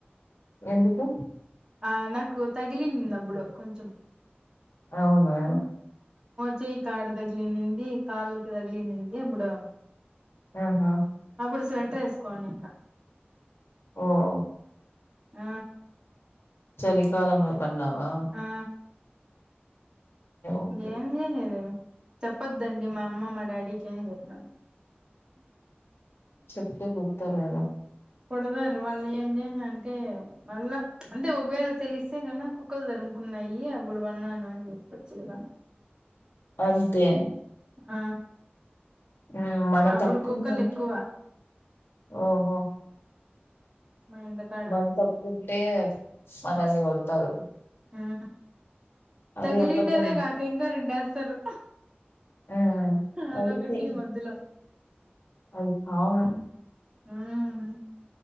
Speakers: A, on the left; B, on the right.
A: ఎందుకు
B: ఆ నాకు తగిలింది అబ్బాడు కొంచెం
A: అవునా
B: చేయి కాడ తగిలింది కాళ్ల తగిలింది బుడ
A: ఆహా
B: ఇప్పుడు స్వెటర్ వేసుకోని ఉన్న
A: ఓహో
B: ఆ
A: చలికాలంలో పన్నవా
B: ఆ
A: ఓకే
B: ఏం చెయ్యలేదే చెప్పొద్దు అండి మా అమ్మ మా డాడీకి ఏం చెప్పినాను
A: చెప్పతే కొడుతారు కదా
B: కొడతారు వాళ్ళు ఏం చేయను అంటే మళ్ళా అంటే ఒకవేళ తెలిస్తే గాను కుక్కలు తరుము కున్నాయి అప్పుడు పన్నాను అని చెప్పొచ్చు కదా
A: అంతే
B: ఆ
A: మ్మ్ మన
B: అప్పుడు
A: తప్పు
B: కుక్కలు
A: ఉందంటే
B: ఎక్కువ
A: ఓహో
B: మా ఇంటికాడ
A: మన తప్పు ఉంటే మనల్ని కొడతారు
B: ఆ
A: అది
B: తగిలిండేదే
A: అబద్ధం
B: కాక ఇంగ రెండేస్తారు
A: ఆ
B: అదోఒకటి
A: అంతే
B: మధ్యలో
A: అది కామన్
B: ఉమ్